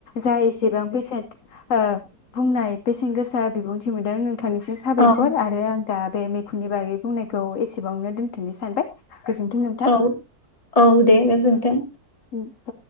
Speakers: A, on the left; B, on the left.
A: जा एसेबां फैसा बुंनाय बेसेन गोसा बिबुंथि मोनदों नोंथांनिसिम साबायखर
B: औ
A: आरो आं दा बे दखुनि बागै बुंनाय खौ एसेबावनो दोनथनो सानबाय गोजोन्थों नोंथां
B: औ औ दे गोजोनथों
A: मिथ